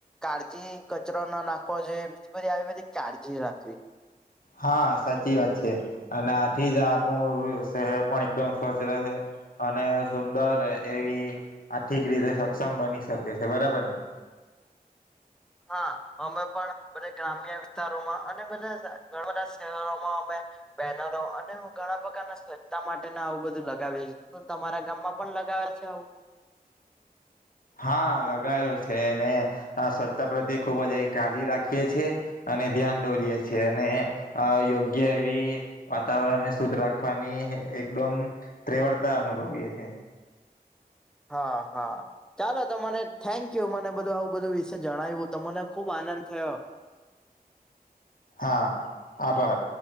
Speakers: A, in the centre; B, on the left.
A: કાળજી કચરો ન નાખવો જોઈએ. એ બધી આવી બધી કાળજી રાખવી જોઈએ.
B: હા સાચી વાત છે અને આથી જ આપણું શહેર પણ એકદમ સ્વચ્છ રહે અને સુંદર એવી આર્થિક રીતે સક્ષમ બની શકે છે બરાબર ને.
A: હા અમે પણ બધા ગ્રામ્ય વિસ્તારોમાં અને બધા ઘણા બધા શહેરોમાં અમે બેનરો અને ઘણા પ્રકારના સ્વચ્છતા માટે આવું બધું લગાવીએ તમારા ગામમાં પણ લગાવે છે આવું?
B: હા લગાયેલું છે અને સ્વચ્છતા પ્રત્યે ખુબ જ એ કાળજી રાખીએ છીએ અને ધ્યાન દોરીએ છીએ ને યોગ્ય એવી વાતાવરણને શુદ્ધ રાખવાની એકદમ ત્રેવડતા અનુભવીએ છે.
A: હા હા ચાલો તો મને થેન્ક યુ મને બધું આવું બધું વિશે જણાવ્યું તો મને ખુબ આનંદ થયો.
B: હા, આભાર.